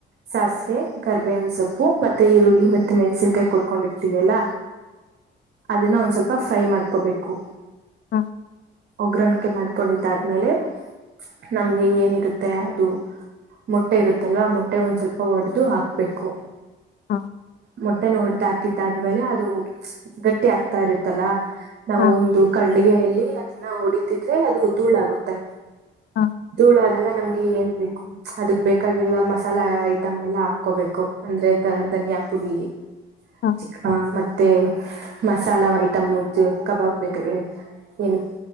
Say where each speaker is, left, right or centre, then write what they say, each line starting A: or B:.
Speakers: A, on the right (about 55°); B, on the left (about 60°).
A: ಸಾಸಿವೆ ಕರಿಬೇವಿನಸೋಪ್ಪು ಮತ್ತೆ ಈರುಳ್ಳಿ ಮತ್ತೆ ಮೆಣಸಿನಕಾಯಿ ಕುಯ್ಕೊಂದಿರ್ತೀವಲ್ಲ ಅದನ್ನ ಒಂದ್ ಸ್ವಲ್ಪ ಫ್ರೈ ಮಾಡ್ಕೋಬೇಕು
B: ಹಾ
A: ಉಗ್ರಣಿಕೆ ಮಾಡ್ಕೊಂಡಿದ್ದ ಆದ್ಮೇಲೆ ನಮ ಏನಿರುತ್ತೆ ಅದು ಮೊಟ್ಟೆ ಇರುತ್ತಲ್ವಾ ಆ ಮೊಟ್ಟೆ ಒಂದ್ ಸ್ವಲ್ಪ ಒಡೆದು ಹಾಕ್ಬೇಕು
B: ಹಾಂ
A: ಮೊಟ್ಟೆ ನೋಡ್ದಾ ಹಾದ್ಮೇಲೆ ಅದು ಗಟ್ಟಿ ಆಗ್ತಾ ಇರುತ್ತಲ್ಲ ನಾವು
B: ಹಾಂ
A: ಒಂದು ಕಳ್ಳಿ ಗೆಯಲ್ಲಿ ಅದನ್ನ ಹೊಡಿತಿದ್ರೆ ಅದು ಉದ್ದೂಳ ಆಾಗುತ್ತೆ
B: ಹಾ
A: ಧೂಳು ಆದಾಗ ನಮ್ಗೆ ಏನ್ ಬೇಕು ಅದಕ್ ಬೇಕಾಗಿರೋ ಮಸಾಲಾ ಐಟಮ್ ಎಲ್ಲಾ ಹಾಕೋಬೇಕು ಅಂದ್ರೆ ದ ಧನಿಯಾ ಪುಡಿ
B: ಹಾಂ
A: ಚಿ ಮತ್ತೆ ಮಸಾಲಾ ಐಟಮ್ ಉದ್ದು ಕಬಾಬ್ ಬೇಕಾಗಿ ಏನ್